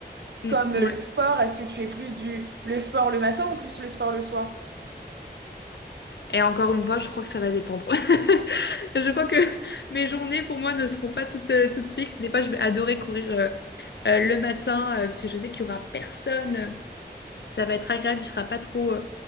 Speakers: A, on the left (about 80°); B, on the right (about 80°).
A: Mm,
B: comme le
A: ouais.
B: sport, est-ce que tu es plus du le sport le matin ou plus le sport le soir?
A: Et encore une fois, je crois que ça va dépendre. <laughs> Je crois que mes journées pour moi ne seront pas toutes, euh, toutes fixes. Des fois, je vais adorer courir euh, euh, le matin euh, parce que je sais qu'il y aura personne. Ça va être agréable, il fera pas trop, euh,